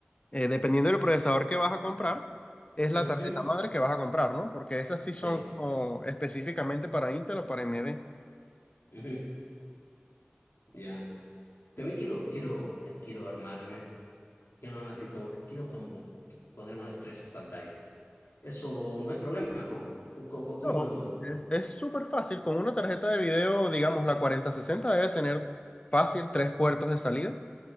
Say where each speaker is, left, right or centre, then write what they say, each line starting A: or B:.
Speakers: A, on the left; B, on the left.
A: eh, dependiendo del procesador que vas a comprar, es la
B: Ujú.
A: tarjeta madre que vas a comprar, ¿no? Porque esas sí
B: Sí.
A: son como específicamente para Intel o para AMD.
B: Ujú. Ya. También quiero, quiero, o sea, quiero armarme. Quiero así como, te quiero como ponerme unas tres pantallas. Eso no hay problema, ¿no? ¿O, co- co- cómo
A: No,
B: lo...?
A: es es súper fácil. Con una tarjeta de video, digamos, la cuarenta sesenta, debe tener fácil tres puertos de salida.